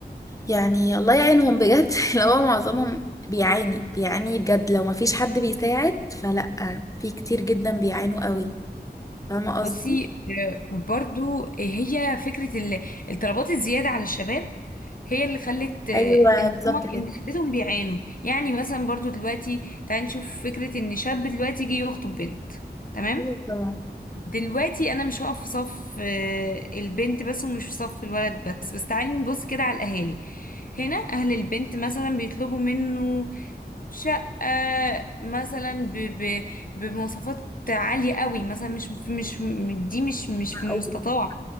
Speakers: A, on the left; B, on the left.
A: يعني الله يعينهم بجد <laughs> اللي هو معظمهم بيعاني بيعاني بجد لو ما فيش حد بيساعد فلا في كتير جدا بيعانوا قوي فاهمه قصدي
B: بصي آه، برضو آه، هي فكرة ال- الطلبات الزيادة على الشباب هي اللي خلت آه،
A: ايوه
B: ان
A: بالظبط
B: هم
A: كده
B: إن خلتهم بيعانوا يعني مثلا برضو دلوقتي تعالي نشوف فكرة ان شاب دلوقتي يجي يخطب بنت تمام
A: ايوه طبعا
B: دلوقتي انا مش هقف في صف آه، البنت بس ومش في صف الولد بس بس تعالي نبص كده على الاهالي هنا اهل البنت مثلا بيطلبوا منه شقة مثلا ب ب بمواصفات عالية قوي مثلا مش مش دي مش مش في المستطاع
A: أو-